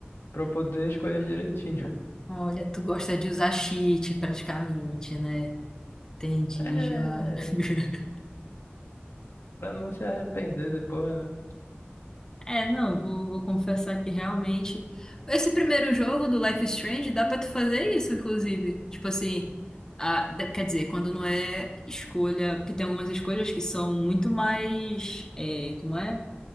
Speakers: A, on the left; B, on the left.
A: pra eu poder escolher direitinho.
B: Olha, tu gosta de usar cheat praticamente, né? Entendi
A: <laughs> É,
B: já. <laughs>
A: pra não se arrepender depois, né?
B: É, não, vou, vou confessar que realmente. Esse primeiro jogo do Life is Strange dá pra tu fazer isso, inclusive. Tipo assim, a, de- quer dizer, quando não é escolha. Porque tem algumas escolhas que são muito mais. é, como é?